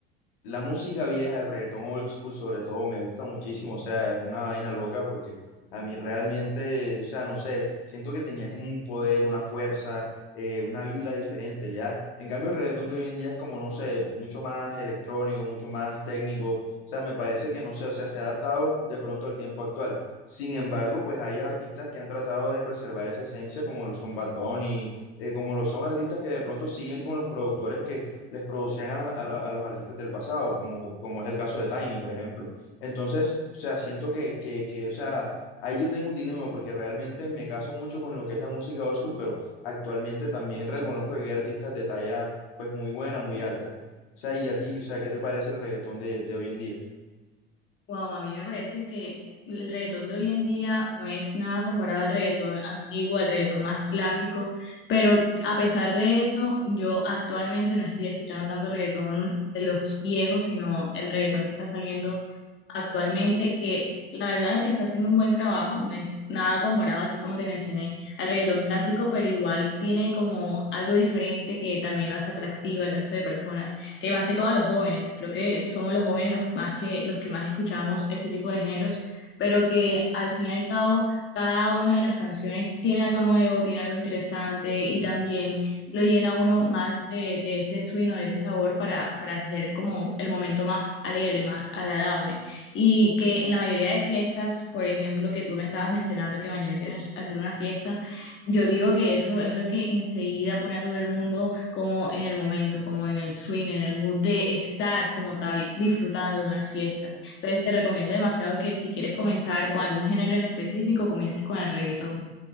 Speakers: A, on the left; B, on the left.
A: la música vieja, el reggaetón old school sobre todo, me gusta muchísimo, o sea, es una vaina loca porque a mí realmente, o sea, no sé, siento que tenía como un poder, una fuerza, eh, una vibra diferente, ¿ya? En cambio, el reggaetón de hoy en día es como, no sé, mucho más electrónico, mucho más técnico, o sea, me parece que, no sé, o sea, se ha adaptado de pronto al tiempo actual. Sin embargo, pues hay artistas que han tratado de preservar esa esencia, como lo son Bad Bunny, eh, como lo son artistas que de pronto siguen con los productores que les producían a, la- a la- a los artistas del pasado, como, como es el caso de Tiny, por ejemplo. Entonces, o sea, siento que, que, que, o sea, ahí yo tengo un dilema porque realmente me caso mucho con lo que es la música old school, pero actualmente también reconozco que hay artistas de talla, pues, muy buena, muy alta. O sea, y a ti, o sea, ¿qué te parece el reggaetón de, de hoy en día?
B: Wow, a mí me parece que el reggaetón de hoy en día no es nada comparado al reggaetón antiguo, al reggaetón más clásico, pero a pesar de eso, yo actualmente no estoy escuchando tanto reggaetón de los viejos, sino el reggaetón que está saliendo actualmente, que la verdad está haciendo un buen trabajo, no es nada comparado, así como te mencioné, al reggaetón clásico, pero igual tiene como algo diferente que también lo hace atractivo al resto de personas, que más que todo a los jóvenes, creo que somos los jóvenes los más que, los que más escuchamos este tipo de géneros, pero que al fin y al cabo cada una de las canciones tiene algo nuevo, tiene algo interesante y también lo llena a uno más de, de ese swing o de ese sabor para, para hacer como el momento más alegre, más agradable y que en la mayoría de fiestas, por ejemplo, que tú me estabas mencionando que mañana quieres hacer una fiesta, yo digo que eso es lo que enseguida pone a todo el mundo como en el momento, como en el swing, en el mood de estar como tal disfrutando de una fiesta. Entonces te recomiendo demasiado que si quieres comenzar con algún género en específico, comiences con el reggaetón.